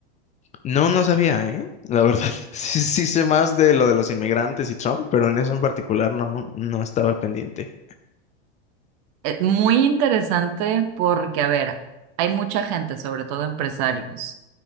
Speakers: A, on the left (about 20°); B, on the right (about 50°).
A: No, no sabía, ¿eh? La verdad, <laughs> sí, sí sé más de lo de los inmigrantes y Trump, pero en eso en particular no, no estaba al pendiente.
B: Eh, Muy interesante porque, a ver, hay mucha gente, sobre todo empresarios,